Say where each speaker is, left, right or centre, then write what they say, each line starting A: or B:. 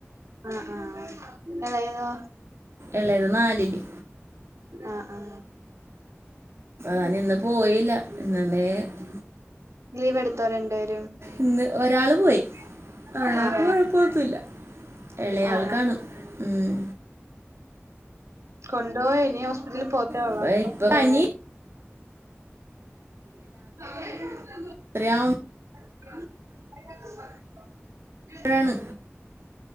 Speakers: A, on the right (about 80°); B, on the right (about 60°).
A: ആഹ് ആഹ് ഇളയതോ
B: ഇളയത് നാലില്
A: ആഹ് ആഹ്
B: ഞാനിന്ന് പോയില്ല <unintelligible>
A: ലീവ് എടുത്തോ രണ്ട് പേരും
B: ഇന്ന് ഒരാള് പോയി അയാൾക്ക്
A: ആഹ് ആഹ്
B: കൊയ പ്പൊന്നുല്ല ഇളയാൾക്കാണ്
A: ആഹ് ആഹ്
B: ഉം
A: കൊണ്ടു യി ഇനി ഹോസ്പിറ്റലിൽ പോകത്തേ ഉള്ളൂ
B: ഇപ്പൊ-
A: അപ്പൊ
B: ഇപ്പൊ
A: പോയ
B: പനിയില്ല
A: <inaudible>
B: രാത്രിയാവുമ്പോഴാണ് ആഴാണ്